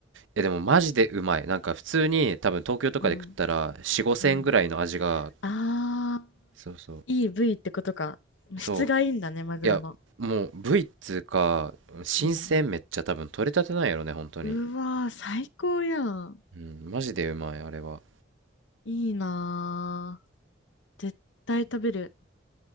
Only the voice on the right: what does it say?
え、でもマジでうまい。なんか普通に多分東京とかで食ったら4、
5000円ぐらいの味が、
そうそう、
そう、
いや、もう部位っつうか、新鮮めっちゃ多分取れたてなんやろね、
本当に。
うん、マジでうまい、あれは。